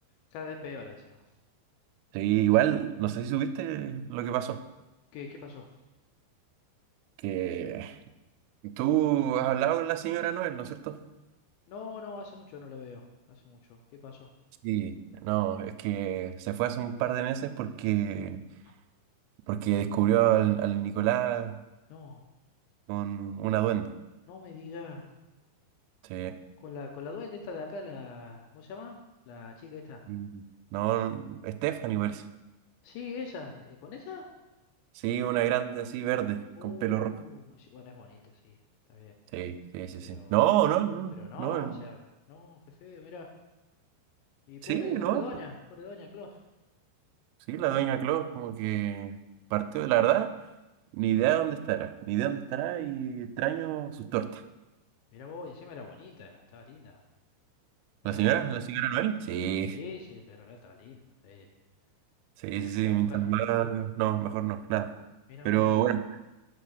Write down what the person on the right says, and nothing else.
Sí, igual, no sé si subiste lo que pasó.
Que tú has hablado con la señora Noel, ¿no es cierto?
Sí. No, es que se fue hace un par de meses porque,
porque descubrió al, al Nicolás
con una duende.
Sí.
Mm. No, no, Stephanie parece.
Sí, una grande así verde,
con pelo rojo.
Sí, sí, sí,
sí. No, no, no,
no. el-
Sí, no.
Sí, la doña Claus como que partió, la verdad. Ni idea de dónde estará, ni idea de dónde estará y extraño sus tortas.
¿La señora?
¿La señora Noel? Sí,
sí,
sí,
sí,
mientras
más... No, mejor no, nada.
Pero
bueno,